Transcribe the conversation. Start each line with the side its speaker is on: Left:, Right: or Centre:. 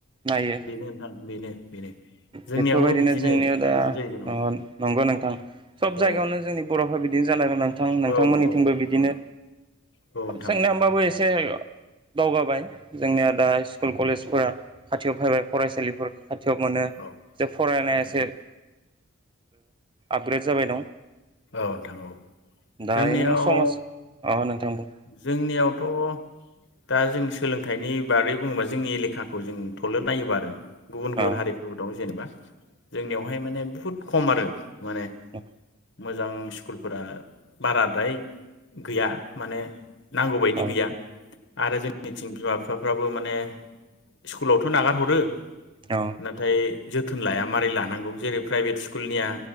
Right: नायो
Left: बेनो नोंथां बेनो बेनो जोंनियावबो
Right: बेफोरबायदिनो
Left: बिदिनो
Right: जोंनियाव दा
Left: बिदिनो जायो जेन'बा
Right: न नंगौ दा <inaudible> सब जायगायावनो
Left: औ
Right: जोंनि बर'फ्रा बिदि बे जानो गोनां नोंथां नोंथांमोननिथिंबो
Left: औ औ
Right: बिदिनो
Left: औ औ नोंथां
Right: जोंनिया होमबाबो एसे <inaudible> दावगाबाय जोंनिया दा स्कुल कलेजफोरा खाथियाव फैबाय फरायसालिफोर खाथियाव मोनो
Left: औ
Right: जे फरायनाया
Left: औ नोंथां
Right: एसे आपग्रेड जाबाय दं
Left: औ नोंथां औ जोंनियाव
Right: दा इनिनो समाज अ नोंथांबो
Left: जोंनियावथ' दा जों सोलोंथाइनि बारै बुङोबा जोंनि एलेखाखौ जों थले नायोबा आरो गुबुन गुबुन
Right: अ
Left: हारिफोरबो दं जेनेबा जोंनियावहाय माने बुहुत खम आरो माने
Right: दा
Left: मोजां स्कुलफोरा बाराद्राय गैया माने नांगौ बायायदि
Right: अ
Left: गैया आरो जोंनिथिं बिमा बिफाफ फ्राबो माने स्कुलावथ' नागारहरो
Right: अ
Left: नाथाय जोथोन लाया माबारै लानांगौ जेरै प्राइभेट स्कुलनिया